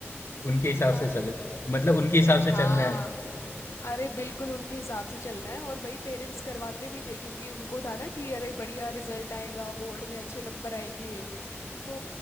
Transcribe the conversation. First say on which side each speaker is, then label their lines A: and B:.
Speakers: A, on the left (about 60°); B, on the left (about 80°).
A: उनके हिसाब
B: हाँ
A: से चलो मतलब उनके हिसाब
B: हाँ
A: से चलना है
B: अरे बिल्कुल उनके हिसाब से चलना है और भाई पेरेंट्स करवाते भी थे क्योंकि उनको था ना कि अरे बढ़िया रिजल्ट आएगा बोर्ड में अच्छे नंबर आएंगे तो